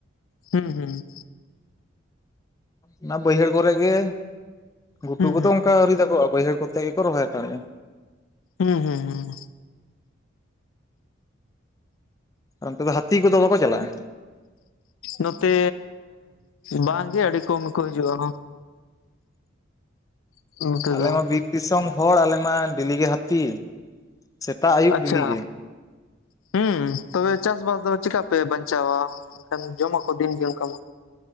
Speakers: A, on the left (about 80°); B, on the left (about 15°).
A: ᱦᱩᱸᱻ ᱦᱩᱸᱻ᱾
B: ᱚᱱᱟ ᱵᱟᱹᱭᱦᱟᱹᱲ ᱠᱚᱨᱮ ᱜᱮ ᱜᱷᱩᱴᱩ
A: ᱦᱩᱸ
B: ᱠᱚᱫᱚ ᱚᱝᱠᱟ ᱟᱹᱣᱨᱤ ᱫᱟᱜᱚᱜ-ᱟ᱾ ᱵᱟᱹᱭᱦᱟᱹᱲ ᱠᱚᱛ ᱛᱮᱜᱮ ᱠᱚ ᱨᱚᱦᱚᱭ ᱦᱟᱛᱟᱲᱮᱜ-ᱟ᱾
A: ᱦᱩᱸᱻ ᱦᱩᱸᱻ ᱦᱩᱸᱻ᱾
B: ᱚᱱᱛᱮ ᱫᱚ ᱦᱟᱹᱛᱤ ᱠᱚᱫᱚ ᱵᱟᱠᱚ ᱪᱟᱞᱟᱜ-ᱟ?
A: ᱱᱚᱛᱮᱻ ᱵᱟᱝᱜᱮ ᱟᱹᱰᱤ ᱠᱚᱢ ᱜᱮ ᱠᱚ ᱦᱤᱡᱩᱜ-ᱟ᱾ ᱱᱚᱛᱮ
B: ᱟᱞᱮᱢᱟ
A: ᱫᱚ
B: ᱵᱤᱨ ᱫᱤᱥᱚᱢ ᱦᱚᱲ ᱟᱞᱮᱢᱟ ᱰᱮ ᱞᱤ ᱜᱮ ᱦᱟᱹᱛᱤ᱾ ᱥᱮᱛᱟᱜ ᱟᱹᱭᱩᱵ
A: ᱟᱪᱪᱷᱟ
B: ᱰᱮᱞᱤ ᱜᱮ
A: ᱦᱩᱸ ᱛᱚᱵᱮ ᱪᱟᱥᱵᱟᱥ ᱫᱚ ᱪᱤᱠᱟ ᱯᱮ ᱵᱟᱧᱪᱟᱣ-ᱟ? ᱮᱱᱠᱷᱟᱱ ᱡᱚᱢᱟ ᱠᱚ ᱫᱤᱱᱜᱮ ᱚᱱᱠᱟ ᱢᱟ᱾